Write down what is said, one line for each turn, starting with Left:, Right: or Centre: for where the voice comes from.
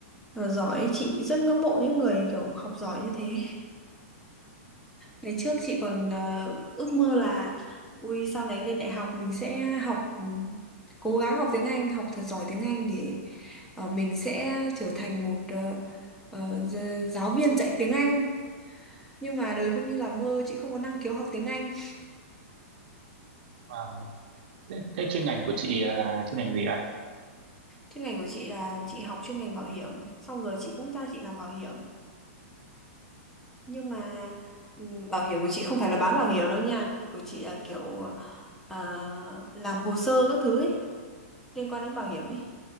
Centre: Là giỏi chị rất ngưỡng mộ những người kiểu học giỏi như thế Ngày trước chị còn ờ, ước mơ là ui sau này lên đại học mình sẽ học ừ, cố gắng học tiếng Anh, học thật giỏi tiếng Anh để ờ, mình sẽ trở thành một ờ, ờ, gi- giáo viên dạy tiếng Anh. Nhưng mà đời không như là mơ, chị không có năng khiếu học tiếng Anh.
Right: Vâng, thế, thế chuyên ngành của chị là chuyên ngành gì ạ?
Centre: Chuyên ngành của chị là chị học chuyên ngành bảo hiểm, xong rồi chị cũng ra chị làm bảo hiểm. Nhưng mà ừ, bảo hiểm của chị không phải là bán bảo hiểm đâu nha, của chị là kiểu ờ, làm hồ sơ các thứ ấy, liên quan đến bảo hiểm ấy.